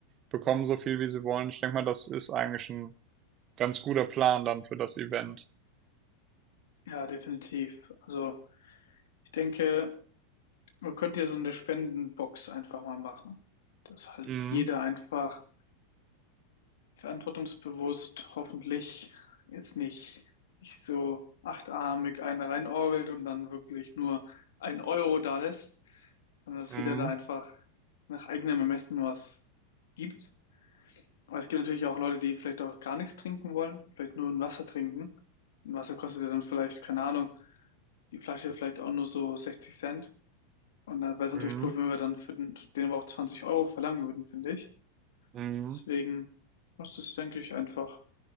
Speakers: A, on the right; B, on the left.
A: bekommen, so viel wie sie wollen. Ich denke mal, das ist eigentlich ein ganz guter Plan dann für das Event.
B: Ja, definitiv. Also ich denke, man könnte ja so eine Spendenbox einfach mal machen, dass halt
A: Mhm.
B: jeder einfach verantwortungsbewusst hoffentlich jetzt nicht sich so achtarmig eine reinorgelt und dann wirklich nur ein Euro da lässt, sondern dass
A: Mhm.
B: jeder da einfach nach eigenem Ermessen was gibt. Aber es gibt natürlich auch Leute, die vielleicht auch gar nichts trinken wollen, vielleicht nur ein Wasser trinken. Ein Wasser kostet ja dann vielleicht, keine Ahnung, die Flasche vielleicht auch nur so 60 Cent. Und da wäre es natürlich
A: Mhm.
B: blöd, wenn wir dann für den, den aber auch 20 Euro verlangen würden, finde ich.
A: Mhm.
B: Deswegen muss das, denke ich, einfach